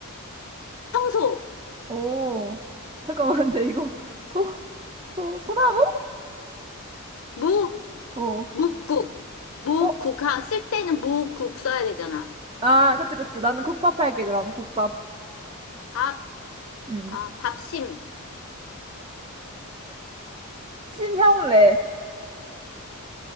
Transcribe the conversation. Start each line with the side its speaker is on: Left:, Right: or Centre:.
Left: 청소,
Right: 오, 잠깐만, 근데 이거 소, 소, 소나무?
Left: 무,
Right: 어,
Left: 묵국, 무국,
Right: 어,
Left: 아, 쓸 때는 무국 써야 되잖아.
Right: 아, 그치, 그치. 나는 국밥 할게, 그럼. 국밥.
Left: 밥,
Right: 음.
Left: 아, 밥심.
Right: 심형래.